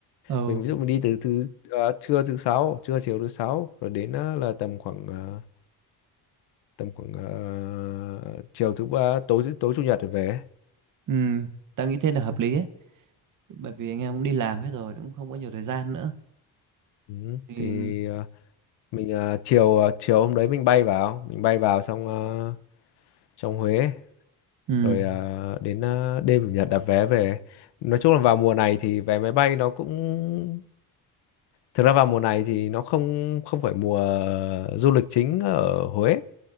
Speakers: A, on the right; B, on the left.
A: ừ
B: mình ví dụ mình đi từ thứ ờ, trưa thứ sáu trưa chiều thứ sáu rồi đến ờ, là tầm khoảng ờ, tầm khoảng ờ, chiều thứ ba tối tối chủ nhật rồi về
A: ừ tao nghĩ thế là hợp lý ấy bởi vì anh em cũng đi làm hết rồi cũng không có nhiều thời gian nữa
B: ừ.
A: thì
B: thì ờ, mình ờ, chiều ờ, chiều hôm đấy mình bay vào mình bay vào xong ờ, trong Huế
A: ừ
B: rồi à, đến à, đêm chủ nhật đặt vé về nói chung là vào mùa này thì vé máy bay nó cũng thực ra vào mùa này thì nó không không phải mùa du lịch chính ở Huế